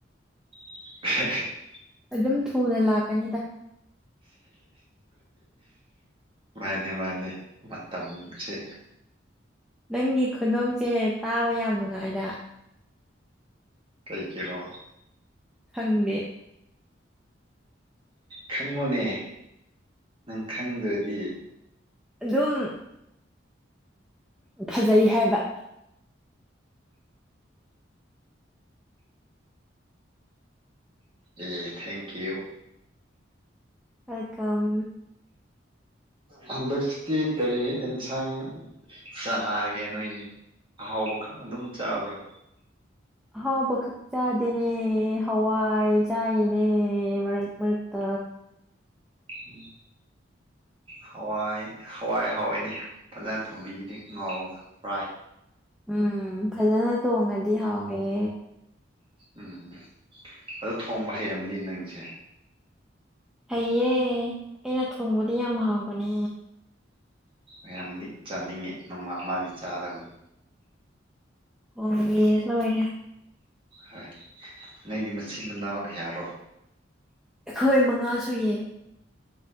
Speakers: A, on the right; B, in the centre.
A: <inaudible>
B: ꯑꯗꯨꯝ ꯊꯨꯅ ꯂꯥꯛꯀꯅꯤꯗ
A: ꯃꯥꯅꯦ ꯃꯥꯅꯦ ꯃꯇꯝꯁꯦ
B: ꯅꯪꯒꯤ ꯈꯨꯅꫭꯛꯁꯦ ꯇꯥꯕ ꯌꯥꯝ ꯅꯨꯡꯉꯥꯏꯗ
A: ꯀꯩ ꯒꯤꯔꯣ
B: ꯈꯪꯗꯦ
A: ꯈꯪꯉꯣꯅꯦ ꯅꯪ ꯈꯪꯗ꯭ꯔꯗꯤ
B: ꯑꯗꯨꯝ ꯐꯖꯩ ꯍꯥꯏꯕ
A: ꯑꯦ ꯊꯦꯡꯀ꯭ꯌꯨ
B: ꯑ ꯀꯝ
A: ꯍꯟꯗꯛꯁꯤꯀꯤ ꯀꯔꯤ ꯑꯦꯟꯁꯥꯡ ꯆꯥꯅꯥꯔꯒꯦ ꯅꯣꯏꯗꯤ ꯑꯍꯥꯎꯕ ꯈꯛ ꯑꯗꯨꯝ ꯆꯥꯕ꯭ꯔꯣ
B: ꯑꯍꯥꯎꯕ ꯈꯛ ꯆꯥꯗꯦꯅꯦ ꯍꯋꯥꯏ ꯆꯥꯏꯅꯦ ꯃꯔꯛ ꯃꯔꯛꯇꯥ
A: ꯎꯝ ꯍꯋꯥꯏ ꯍꯋꯥꯏ ꯍꯥꯎꯋꯏꯅꯦ ꯐꯖꯅ ꯊꯣꯡꯕꯤꯗꯤ ꯉꯥꯎꯔꯒ ꯐ꯭ꯔꯥꯏ
B: ꯎꯝ ꯐꯖꯅꯥ ꯇꯣꯡꯉꯗꯤ ꯍꯥꯎꯋꯦ
A: ꯎꯝ ꯑꯗꯨ ꯊꯣꯡꯕ ꯍꯩ ꯑꯃꯅꯤ ꯅꯪꯁꯦ
B: ꯍꯌꯦ ꯑꯩꯅ ꯊꯣꯡꯕꯗꯤ ꯌꯥꯝ ꯍꯥꯎꯕꯅꯦ
A: ꯑꯣꯏꯔꯝꯅꯤ ꯆꯥꯅꯤꯡꯉꯦ ꯅꯣꯡꯃ ꯑꯃꯗꯤ ꯆꯥꯗꯕꯅꯤ
B: ꯑꯣ ꯌꯦꯔ ꯂꯣꯏꯔꯦ
A: ꯍꯣꯏ ꯅꯪꯗꯤ ꯃꯆꯤꯟ ꯃꯅꯥꯎ ꯀꯌꯥꯔꯣ
B: ꯑꯩꯈꯣꯏ ꯃꯉꯥ ꯁꯨꯌꯦ